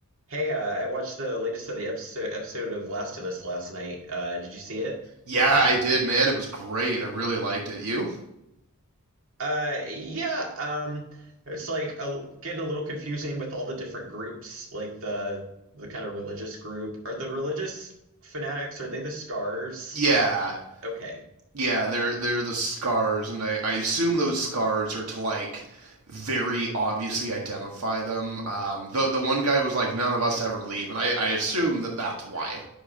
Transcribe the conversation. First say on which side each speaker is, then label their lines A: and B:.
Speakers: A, on the right; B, on the right.
A: Hey, uh, I watched the latest of the episode episode of Last of Us last night. Uh, did you see it?
B: Yeah, I did, man. It was great. I really liked it. You?
A: Uh, yeah. Um, it's like a, getting a little confusing with all the different groups, like the the kind of religious group. Are the religious fanatics, are they the scars?
B: Yeah.
A: Okay.
B: Yeah, they're they're the scars and I, I assume those scars are to like very obviously identify them. Um the the one guy was like none of us ever leave and I I assume that that's why.